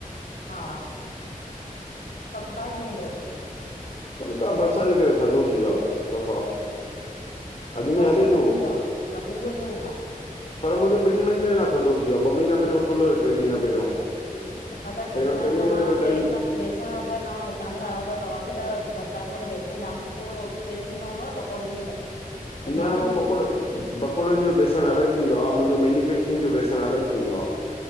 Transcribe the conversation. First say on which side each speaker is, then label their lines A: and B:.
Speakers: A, on the left (about 75°); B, on the left (about 40°).
A: हा, कम कार कीअं तो हले?
B: कमकार बरसात जे करे थधो थी वयो आ, सफ़ा।
A: बरसात
B: अॻु हले
A: में
B: पियो
A: सभिन जो आ, सभिन जो ईअंईं आ।
B: पर मुंजो, ॿिन महींनन खां थधो थी व्यो आ, ॿ महीना पहिरौं फुल हुयो ट्रे महीना पहिरौं,
A: अगरि बेसण
B: पहिरौं ट्रे
A: तव्हां
B: महीना पहिरौं
A: सेल
B: टाइम
A: क बेसण अगर तव्हां विकणंदा आयो त, तव्हांखे त बरसात में त बेसण जाम सुठो सेल थींदो हूंदो न पकोड़न जे करे? डिमांड
B: न
A: हूंदी
B: मां पकोड़ा
A: न
B: पकोड़न जो बेसण अलॻ थींदो आ, मुंजो मेन्युफैक्चरिंग जो बेसण अलॻ थींदो आ।